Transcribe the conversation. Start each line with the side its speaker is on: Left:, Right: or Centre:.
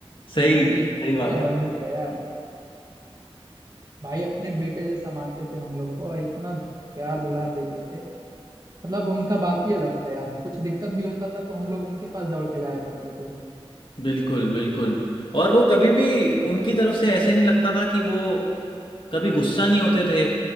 Left: सही
Right: भाई
Left: सही
Right: क्या
Left: बात कर
Right: बंदे थे यार भाई अपने बेटे जैसा मानते थे हम लोग को और इतना प्यार दुलार देते थे मतलब उनका बात ही अलग था यार कुछ दिक्कत भी होता था तो हम लोग उनके पास दौड़ के जाया करते थे
Left: बिल्कुल बिल्कुल और वो कभी भी उनकी तरफ से ऐसे नहीं लगता था कि वो कभी गुस्सा नहीं होते थे